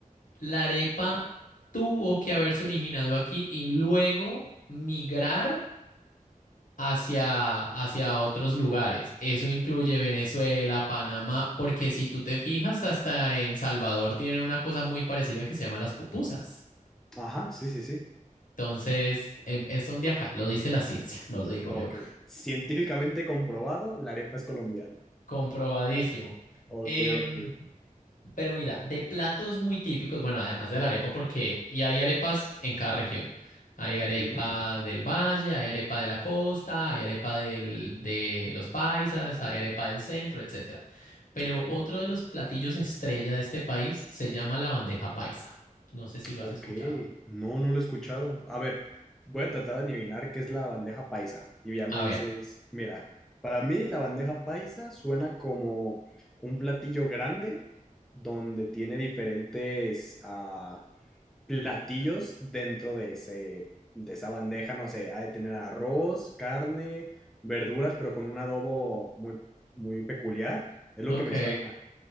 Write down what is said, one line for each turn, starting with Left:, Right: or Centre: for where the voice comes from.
Left: La arepa tuvo que haberse originado aquí y luego migrar hacia, hacia otros lugares. Eso incluye Venezuela, Panamá, porque si tú te fijas, hasta en Salvador tienen una cosa muy parecida que se llama las pupusas.
Centre: Ajá, sí, sí, sí.
Left: Entonces, em, es son de acá, lo dice la ciencia, no lo digo
Centre: Ok.
Left: yo.
Centre: Científicamente comprobado, la arepa es colombiana.
Left: Comprobadísimo.
Centre: Ok,
Left: Em,
Centre: ok.
Left: Pero mira, de platos muy típicos, bueno, además de la arepa, porque y hay arepas en cada región. Hay arepa
Centre: Ujú,
Left: del valle, hay arepa de la costa, hay arepa del- de los paisas, hay arepa del centro, etcétera. Pero
Centre: ok.
Left: otro de los platillos estrella de este país se llama la bandeja paisa. No sé si lo
Centre: Ok,
Left: has escuchado.
Centre: no, no lo he escuchado. A ver, voy a tratar de adivinar qué es la bandeja paisa. Y ya me
Left: A ver,
Centre: dices, mira, para mí la bandeja paisa suena como un platillo grande donde tiene diferentes ah, platillos dentro de ese, de esa bandeja. No sé, ha de tener arroz, carne, verduras, pero con un adobo muy, muy peculiar. Es lo
Left: ok,
Centre: que me suena.